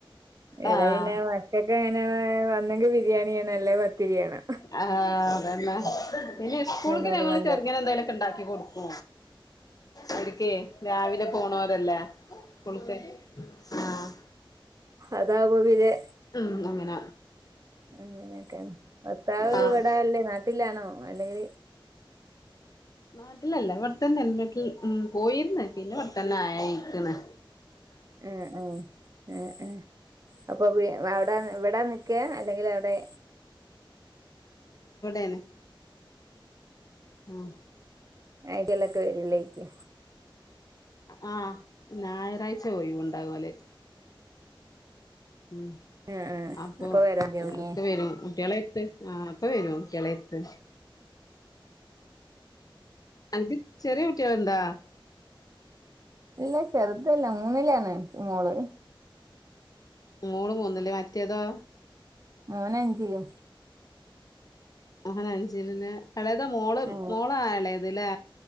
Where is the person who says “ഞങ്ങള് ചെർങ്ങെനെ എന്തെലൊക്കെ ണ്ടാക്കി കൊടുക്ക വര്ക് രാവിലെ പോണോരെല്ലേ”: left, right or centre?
Left